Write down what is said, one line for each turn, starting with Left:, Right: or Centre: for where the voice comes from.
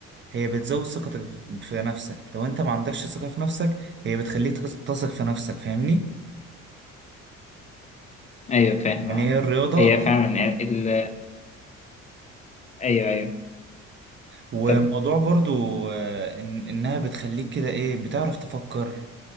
Right: هي بتزود ثقتك في نفسك لو أنت ما عندكش ثقة في نفسك هي بتخليك تثق في نفسك فاهمني
Left: ايوه فاهم
Right: يعني
Left: آه.
Right: هي الرياضة
Left: هي فعلا يعني ال... ايوه ايوه
Right: وموضوع
Left: طب
Right: برضو آه، إن إنها بتخليك كده إيه بتعرف تفكر